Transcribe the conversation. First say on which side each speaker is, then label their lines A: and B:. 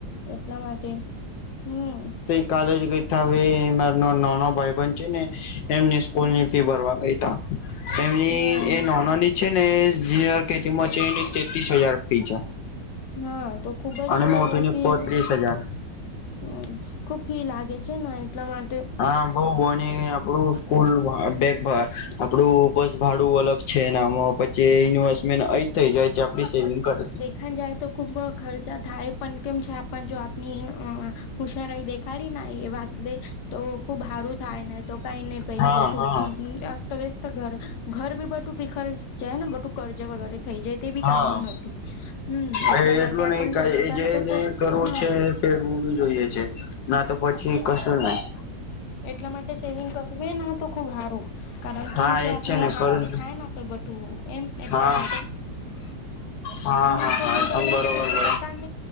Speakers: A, on the left; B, on the left.
A: એટલા માટે હમ
B: કાલેજ ગઈ થાવે માર નાનો ભાઈ બન છે ને એમની સ્કૂલ
A: હમ
B: ની ફી ભરવા ગઈ તેમની
A: હા
B: નાનાની છે ને જર કે તેમાં છે એની તેત્રીસ હજાર ફી છે
A: હા તો ખુબ
B: અને
A: જ
B: મોટીની
A: ફી
B: પત્રીસ હજાર
A: હ ખૂબ ફી લાગે છે ને એટલા માટે
B: હા બઉ બોને આપડું સ્કૂલ બેગ આપડું બસ ભાડું અલગ છે નામાં પછી ઇન્વેસ્ટમેન્ટ અ થઈ જાય જે આપડી સેવિંગ કર
A: ખં જાય તો ખૂબ ખર્ચા થાય પણ કેમ છે આપના જો આપણી હું સારાઈ દેખાડીને એ વાત લે તો ખુબ હારું થાય ને તો કઈની પહી
B: હા
A: બ તો
B: હા
A: અસ્તવ્યસ્ત ઘ ઘર બી બટું બિખર જાય ને બટું કર્જ વગેરે થઈ જાય તે બી
B: હા
A: કામનું નથી હમ એટલા
B: એટલું
A: માટે આ
B: નહી
A: પણ સેવિંગ
B: એ
A: કરે
B: જે
A: તો ખુબ
B: કરવું
A: હા
B: <unintelligible> જોઈએ છે ના તો પછી કશું નહી
A: હ એટલા માટે સેવિંગ કરવી ના તો ખુબ હારું કારણ
B: હા
A: કેમ છે
B: એજ
A: આપનું
B: ને
A: હારું
B: કરું
A: બી
B: છું.
A: થાય ને આપડે બટું એમ એટલા
B: હા
A: માટે
B: હા
A: મન
B: હા
A: સેવિંગ
B: હા એકદમ
A: કરવા
B: બરોબર
A: જ જોઈએ જે
B: બ
A: બટન